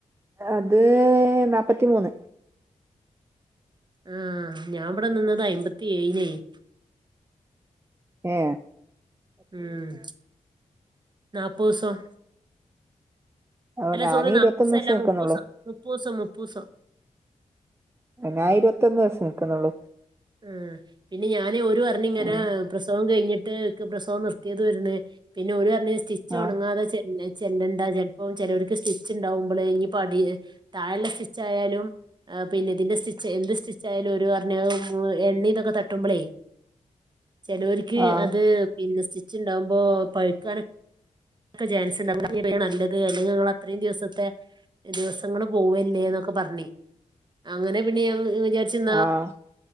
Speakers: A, on the right; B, on the right.
A: അത് നാൽപ്പത്തിമൂന്ന്
B: ആഹ് ഞാൻ ഇവിടെ നിന്നത് അയമ്പത്തിഏഴിനേയ്
A: ഏ
B: ഉം നാപ്പോസം
A: ഓ
B: അല്ല
A: ഞാൻ
B: സോറി
A: ഇരുപത്തൊന്ന്
B: നാപ്പൂസം
A: ദിവസം
B: അല്ല
A: നിക്കുന്നുള്ളൂ
B: മുപ്പൂസം മുപ്പൂസം മുപ്പൂസം
A: ഞാൻ ഇരുപത്തൊന്ന് ദിവസം നിക്ക്ന്നുള്ളൂ
B: ആ പിന്നെ ഞാൻ ഓരു പറഞ്ഞു ഇങ്ങനെ
A: ആഹ്
B: പ്രസവം കഴിഞ്ഞി ട്ട് ഇക്ക് പ്രസവം നിർത്തിയേതയ്ര്ന്ന് പിന്നെ ഓരു പറഞ്ഞ് സ്റ്റിച്ച്
A: ആഹ്
B: ഒണങ്ങാതെ ചെല്ല ചെല്ലണ്ടാ <unintelligible> ഇപ്പം ചെലോർക്ക് സ്റ്റിച്ച്ണ്ടാവുമ്പളെ ഇപ്പടീല് തായള്ളെ സ്റ്റിച്ചായാലും അ് പിന്നെ ഇതിന്റെ സ്റ്റി ച്ച് എന്ത് സ്റ്റിച്ച് ആയാലും ഓരു പറ്ഞ്ഞു ആ എണ്ണീം ഇതൊക്കെ തട്ടുമ്പളേ ചെലോര്ക്ക്
A: ആഹ്
B: അത് പിന്നെ സ് സ്റ്റിച്ച്ണ്ടാവുമ്പോ പഴുക്കാന് ഒക്കെ ചാൻസ് ഉണ്ടാവും <unintelligible> നല്ലത് അല്ലെങ്കിൽ നിങ്ങള് അത്രയും ദിവസത്തെ ദിവസങ്ങള് പോവല്ലേ എന്നൊക്കെ പറഞ്ഞെ അങ്ങനെ പിന്നെ ഞാൻ മ് വിചാരിച്ച്ന്നാ
A: ആഹ്